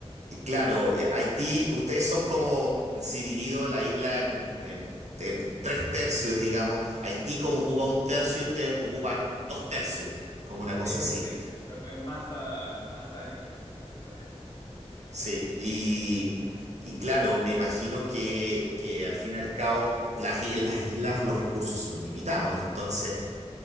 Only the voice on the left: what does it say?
Eh,
sí, en masa, en masa yo creo que sí, territorial.